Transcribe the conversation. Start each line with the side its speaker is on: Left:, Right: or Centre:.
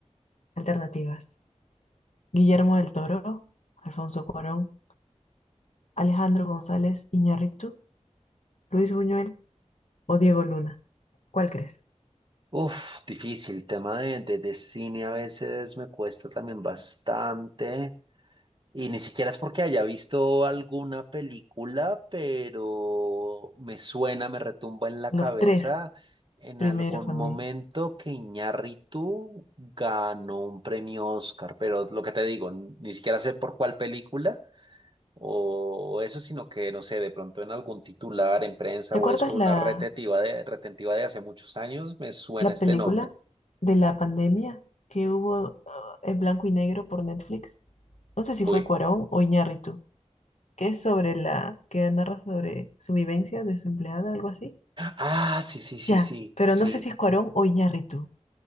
Left: Alternativas. Guillermo del Toro, Alfonso Cuarón, Alejandro González Iñárritu, Luis Buñuel o Diego Luna? ¿Cuál crees?
Right: Uf, difícil. Tema de, de, de cine a veces me cuesta también bastante. Y ni siquiera es porque haya visto alguna película, pero me suena, me retumba en la
Left: Los
Right: cabeza
Left: tres
Right: en
Left: primeros
Right: algún momento
Left: a mí.
Right: que Iñárritu ganó un premio Oscar, pero lo que te digo, n- ni siquiera sé por cuál película o eso, sino que no sé, de pronto en algún titular, en prensa
Left: ¿Te acuerdas
Right: o eso, una
Left: la,
Right: retentiva de, retentiva de hace muchos años, me suena
Left: la
Right: este
Left: película
Right: nombre.
Left: de la pandemia que hubo ah, en blanco y negro por Netflix? No sé si
Right: Uy,
Left: fue Cuarón o Iñárritu, que es sobre la, que narra sobre su vivencia de su empleada, algo así.
Right: ah, sí, sí, sí,
Left: Ya,
Right: sí,
Left: pero
Right: sí.
Left: no sé si es Cuarón o Iñárritu.